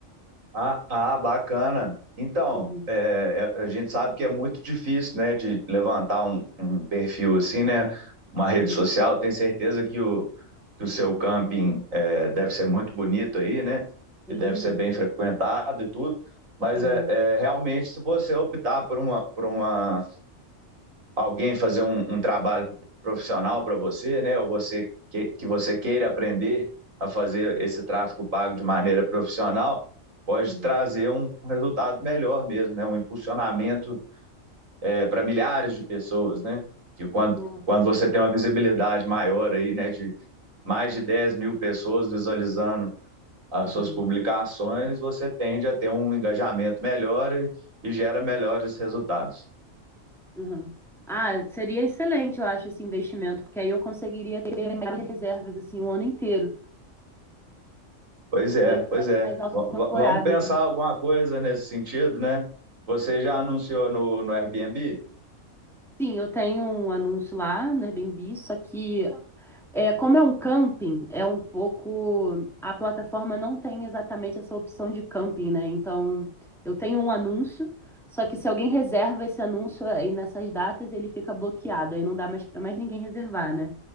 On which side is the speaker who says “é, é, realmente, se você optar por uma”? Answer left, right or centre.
Right